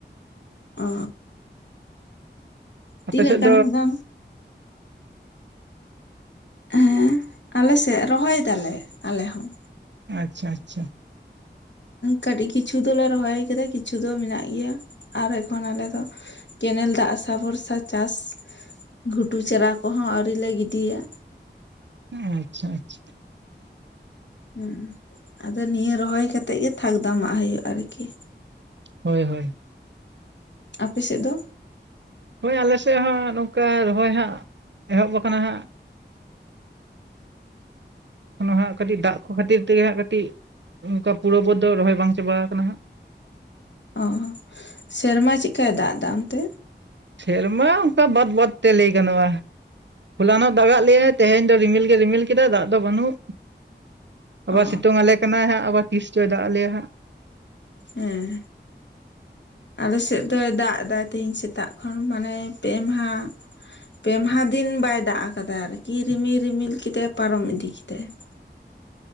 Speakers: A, on the left; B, on the right.
A: ᱚᱻ
B: ᱟᱯᱮ
A: ᱛᱤᱱᱟᱹᱜ
B: ᱥᱮᱫ
A: ᱜᱟᱱ ᱫᱚ ᱦᱮᱸ ᱟᱞᱮ ᱥᱮᱫ ᱨᱚᱦᱚᱭ ᱫᱟᱞᱮ ᱟᱞᱮ ᱦᱚᱸ
B: ᱟᱪᱪᱷᱟ ᱟᱪᱪᱷᱟ
A: ᱠᱟᱹᱴᱤᱡ ᱠᱤᱪᱷᱩ ᱫᱚᱞᱮ ᱨᱚᱦᱚᱭ ᱠᱟᱫᱟ ᱠᱤᱪᱷᱩ ᱫᱚ ᱢᱮᱱᱟᱜ ᱜᱮᱭᱟ ᱟᱨ ᱮᱠᱷᱚᱱ ᱟᱞᱮ ᱫᱚ ᱠᱮᱱᱮᱞ ᱫᱟᱜ ᱟᱥᱟ ᱵᱷᱚᱨᱥᱟ ᱪᱟᱥ ᱜᱷᱩᱴᱩ ᱪᱟᱨᱟ ᱠᱚᱦᱚᱸ ᱟᱹᱣᱨᱤ ᱞᱮ ᱜᱤᱰᱤᱭᱟ
B: ᱟᱪᱪᱷᱟ ᱟᱪᱪᱷᱟ
A: ᱦᱩᱸ ᱟᱫᱚ ᱱᱤᱭᱟᱹ ᱨᱚᱦᱚᱭ ᱠᱟᱛᱮᱜ ᱜᱮ ᱛᱷᱟᱠ ᱫᱟᱢᱟᱜ ᱦᱩᱭᱩᱜᱼᱟ ᱟᱨᱠᱤ
B: ᱦᱳᱭ ᱦᱳᱭ
A: ᱟᱯᱮ ᱥᱮᱫ ᱫᱚ
B: ᱦᱳᱭ ᱟᱞᱮ ᱥᱮᱫ ᱦᱚᱸ ᱱᱚᱝᱠᱟ ᱨᱚᱦᱚᱭ ᱦᱟᱸᱜ ᱮᱦᱚᱵ ᱟᱠᱟᱱᱟ ᱦᱟᱸᱜ ᱮᱠᱷᱚᱱᱳ ᱦᱟᱸᱜ ᱠᱟᱹᱴᱤᱡ ᱫᱟᱜ ᱠᱚ ᱠᱷᱟᱹᱛᱤᱨ ᱛᱮᱜᱮ ᱦᱟᱸᱜ ᱠᱟᱹᱴᱤᱡ ᱚᱱᱠᱟ ᱯᱩᱨᱟᱹ ᱵᱟᱹᱫᱽ ᱫᱚ ᱨᱚᱦᱚᱭ ᱵᱟᱝ ᱪᱟᱵᱟ ᱟᱠᱟᱱᱟ ᱾
A: ᱚ ᱥᱮᱨᱢᱟ ᱪᱮᱫ ᱠᱟᱭ ᱫᱟᱜ ᱮᱫᱟ ᱚᱱᱛᱮ
B: ᱥᱮᱨᱢᱟ ᱚᱱᱠᱟ ᱵᱟᱹᱫᱽ ᱵᱟᱹᱫᱽ ᱛᱮ ᱞᱟᱹᱭ ᱜᱟᱱᱚᱜᱼᱟ ᱾ ᱦᱚᱞᱟᱱᱚᱜ ᱫᱟᱜᱟᱜ ᱞᱮᱟᱭ ᱛᱮᱦᱮᱧ ᱫᱚ ᱨᱤᱢᱤᱞ ᱜᱮ ᱨᱤᱢᱤᱞ ᱠᱮᱫᱟᱭ ᱫᱟᱜ ᱫᱚ ᱵᱟᱹᱱᱩᱜ ᱾ ᱟᱵᱟᱨ
A: ᱚ
B: ᱥᱤᱛᱩᱝ ᱟᱞᱮ ᱠᱟᱱᱟᱭ ᱦᱟᱸᱜ ᱟᱵᱟᱨ ᱛᱤᱥ ᱪᱚᱭ ᱫᱟᱜ ᱟᱞᱮᱭᱟ ᱦᱟᱸᱜ ᱾
A: ᱦᱮᱸ ᱟᱞᱮ ᱥᱮᱫ ᱫᱚᱭ ᱫᱟᱜ ᱮᱫᱟ ᱛᱮᱦᱤᱧ ᱥᱮᱛᱟᱜ ᱠᱷᱚᱱ ᱢᱟᱱᱮ ᱯᱮ ᱢᱟᱦᱟ ᱯᱮ ᱢᱟᱦᱟ ᱫᱤᱱ ᱵᱟᱭ ᱫᱟᱜ ᱟᱠᱟᱫᱟ ᱟᱨᱠᱤ ᱨᱤᱢᱤᱞ ᱨᱤᱢᱤᱞ ᱠᱮᱫᱟᱭ ᱯᱟᱨᱚᱢ ᱤᱫᱤ ᱠᱮᱫᱟᱭ ᱾